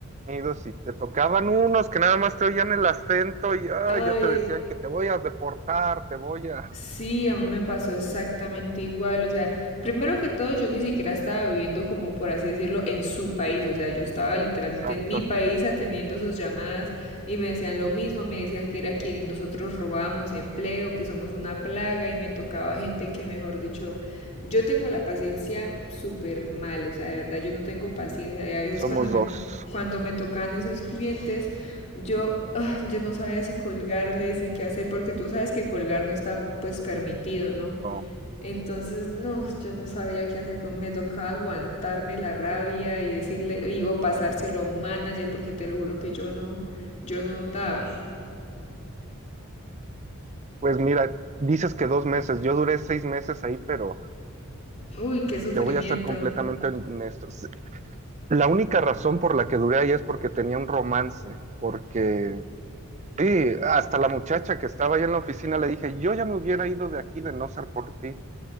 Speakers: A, on the right (about 30°); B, on the left (about 30°).
A: Unidos y te tocaban unos que nada más te oían el acento y ay,
B: Ay,
A: ya te decían que te voy a deportar, te voy a...
B: Sí, a mí me pasó exactamente igual. O sea, primero que todo, yo ni siquiera estaba viviendo como por así decirlo en su país. O sea, yo estaba literalmente
A: Exacto,
B: en mi país atendiendo sus llamadas y me decían lo mismo, me decían que era que nosotros robábamos empleo, que somos una plaga y me tocaba gente que, mejor dicho, yo tengo la paciencia súper mal. O sea, de verdad, yo no tengo paciencia y a veces
A: somos
B: cuando me,
A: dos.
B: cuando me tocan esos clientes... Yo, ah, yo no sabía si colgarles y qué hacer, porque tú sabes que colgar no está pues permitido, ¿no?
A: No.
B: Entonces, no, yo no sabía qué hacer con, me tocaba aguantarme la rabia y decirle, y, o pasárselo a un manager, porque te lo juro que yo no, yo no daba.
A: Pues mira, dices que dos meses, yo duré seis meses ahí, pero
B: Uy, qué sufrimiento.
A: te voy a ser completamente honesto. S- La única razón por la que duré ahí es porque tenía un romance, porque sí, hasta la muchacha que estaba ahí en la oficina le dije, yo ya me hubiera ido de aquí de no ser por ti,